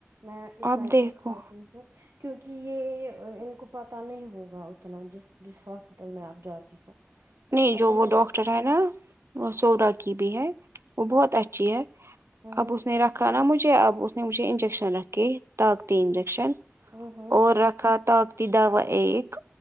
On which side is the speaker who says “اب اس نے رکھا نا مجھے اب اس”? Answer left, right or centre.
Right